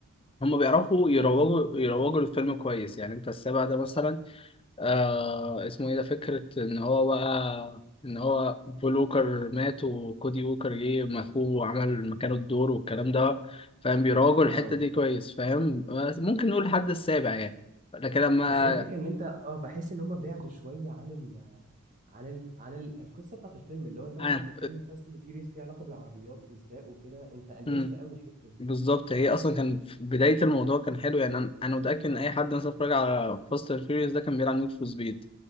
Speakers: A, on the left; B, on the right.
A: هم بيعرفوا يروجوا
B: اظن
A: يروجوا
B: اه
A: للفيلم كويس يعني انت السابع ده مثلا آه اسمه ايه ده فكرة ان هو بقى ان هو بول ووكر مات وكودي ووكر جه ما اخوه وعمل مكانه الدور والكلام ده فاهم بيراجعوا الحتة
B: آه.
A: دي كويس فاهم بس ممكن نقول الحد السابع يعني لكن لما
B: بس هي الفكره ان انت اه بحس ان هم بعدوا شويه عن ال... عن ال... عن ال... القصه بتاعت الفيلم اللي هو انت مثلا
A: آه.
B: بتتكلم فاست اند فيوريوس ليه علاقه بالعربيات وسباق وكده انت قللت
A: مم.
B: قوي الحته دي
A: بالظبط هي اصلا كان في بداية الموضوع كان حلو يعني انا أنا متأكد ان اي حد مثلا اتفرج على فاست اند فيوريوس ده كان بيلعب نيد فور سبيد